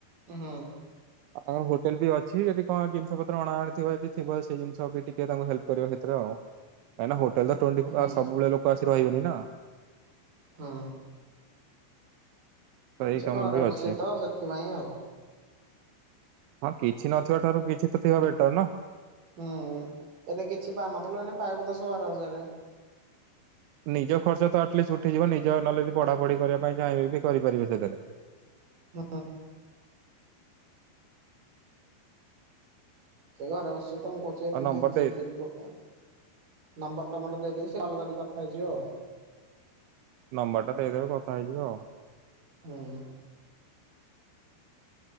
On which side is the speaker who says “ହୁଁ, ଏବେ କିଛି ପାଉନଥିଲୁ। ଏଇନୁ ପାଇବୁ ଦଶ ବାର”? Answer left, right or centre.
Right